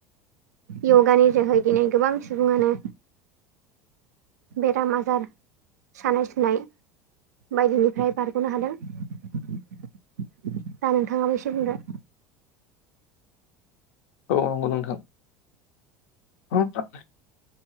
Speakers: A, on the right (about 85°); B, on the left (about 70°).
A: य'गानि जोहै दिनै गोबां सुबुंङानो बेराम आजार सानाय सुनाय बायदिनिफ्राय बारग'नो हादों। दा नोंथाङाब एसे बुंदो।
B: औ नंगौ नोंथां। <unintelligible>